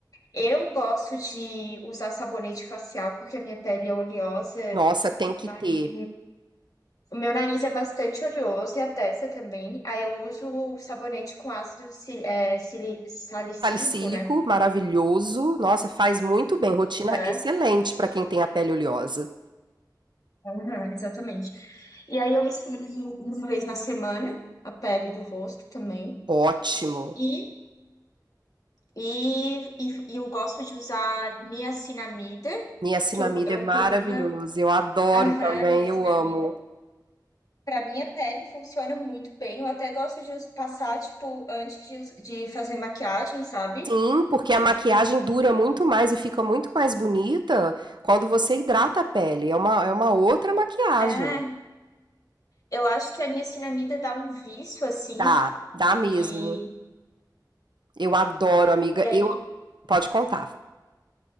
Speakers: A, on the left; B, on the right.
A: Eu gosto de usar sabonete facial porque a minha pele é oleosa,
B: nossa, tem que
A: meu nariz,
B: ter
A: o meu nariz é bastante oleoso e a testa também. Aí eu uso o sabonete com ácido si- é, sili- salicílico,
B: salicílico
A: né?
B: maravilhoso. Nossa, faz muito bem. Rotina
A: Aham,
B: excelente para quem tem a pele oleosa.
A: aham, exatamente. E aí eu esfrego uma vez na semana a pele do rosto também.
B: Ótimo.
A: E, e, e, e eu gosto de usar niacinamida,
B: Niacinamida
A: que eu, eu
B: é maravilhoso.
A: tenho uma.
B: Eu adoro
A: Aham,
B: também,
A: niacinamida.
B: eu amo.
A: Para minha pele funciona muito bem. Eu até gosto de us- passar, tipo, antes de, us- de fazer maquiagem, sabe?
B: Sim, porque a maquiagem dura muito mais e fica muito mais bonita quando você hidrata a pele. É uma, é uma outra maquiagem.
A: É, eu acho que a niacinamida dá um vício, assim,
B: Dá, dá mesmo.
A: e,
B: Eu adoro, amiga.
A: e aí.
B: Eu, pode contar.